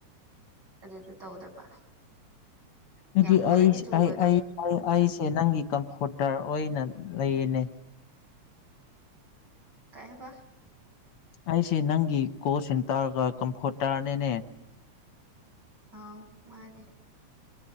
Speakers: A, on the right; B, on the left.
A: ꯑꯗꯨꯗꯣ ꯇꯧꯗꯕ
B: ꯑꯗꯨꯗꯤ
A: ꯌꯥꯝ ꯕꯣꯔꯤꯡ
B: ꯑꯩꯁ
A: ꯆꯨꯕꯗꯣ
B: ꯑꯩ ꯑꯩ ꯑꯩ ꯑꯩꯁꯦ ꯅꯪꯒꯤ ꯀꯝꯐꯣꯔꯇꯔ ꯑꯣꯏꯅ ꯂꯩꯌꯦꯅꯦ
A: ꯀꯩ ꯍꯥꯏꯕ
B: ꯑꯩꯁꯤ ꯅꯪꯒꯤ ꯀꯣꯜ ꯁꯦꯟꯇꯔꯒ ꯀꯝꯐꯣꯔꯇꯔꯅꯤꯅꯦ
A: ꯑꯥꯎ ꯃꯥꯅꯤ